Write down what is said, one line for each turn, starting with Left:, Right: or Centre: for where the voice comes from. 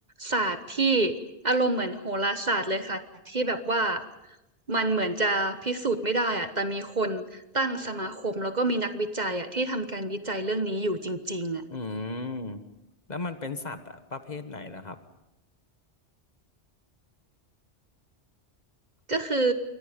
Right: ศาสตร์ที่อารมณ์เหมือนโหราศาสตร์เลยค่ะที่แบบว่ามันเหมือนจะพิสูจน์ไม่ได้อะแต่มีคนตั้งสมาคมแล้วก็มีนักวิจัยอะที่ทำการวิจัยเรื่องนี้อยู่จริงๆอะ
Left: อืมแล้วมันเป็นสัตว์อะประเภทไหนล่ะครับ
Right: ก็คือ